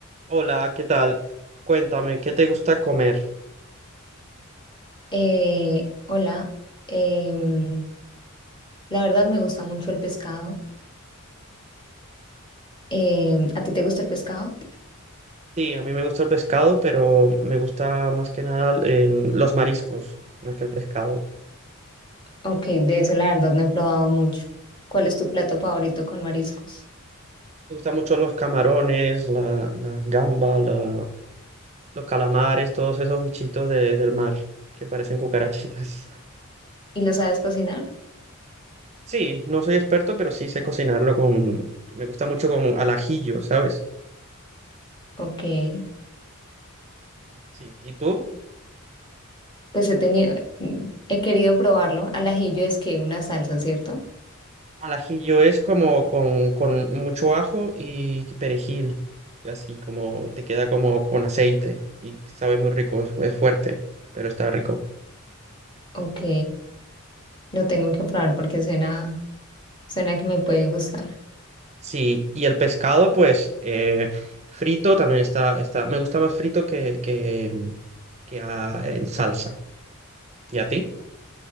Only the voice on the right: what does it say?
Hola, ¿qué tal? Cuéntame, ¿qué te gusta comer?
Sí, a mí me gusta el pescado, pero me gusta más que nada em, los mariscos, más que el pescado.
Me
gustan mucho los camarones, la, la gamba, la- los calamares, todos esos bichitos de- del mar que parecen cucarachitas. <laughs>
Sí, no soy experto, pero sí sé cocinarlo con... Me gusta mucho con al ajillo, ¿sabes?
Sí, ¿y tú?
Al ajillo es como con, con mucho ajo y perejil, y así como te queda como con aceite y sabe muy rico, es, es fuerte, pero está rico.
Sí, y el pescado pues eh, frito también está, está, me gusta más frito que, que, que a- en salsa. ¿Y a ti?